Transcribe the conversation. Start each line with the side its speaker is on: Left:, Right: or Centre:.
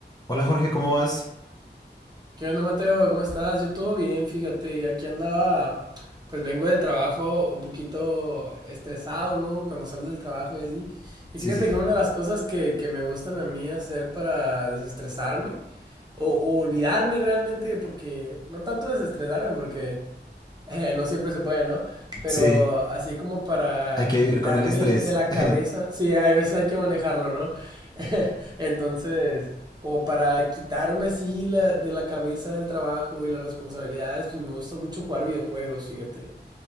Left: Hola Jorge, ¿cómo vas?
Right: ¿Qué onda, Mateo? ¿Cómo estás? Yo todo bien, fíjate. Aquí andaba, pues vengo del trabajo un poquito estresado, ¿no? Cuando sales del trabajo y así. Y
Left: Sí,
Right: fíjate
Left: sí,
Right: que una de las cosas que, que me gustan a mí hacer para desestresarme o, o olvidarme realmente, porque no tanto desestresarme, porque eh, no siempre se puede, ¿no? Pero
Left: sí,
Right: así como para
Left: hay que vivir
Right: quitarme
Left: con el estrés.
Right: de la
Left: <laughs>
Right: cabeza, sí, hay veces hay que manejarlo, ¿no? <laughs> Entonces como para quitarme así la- de la cabeza el trabajo y las responsabilidades, pues me gusta mucho jugar videojuegos, fíjate.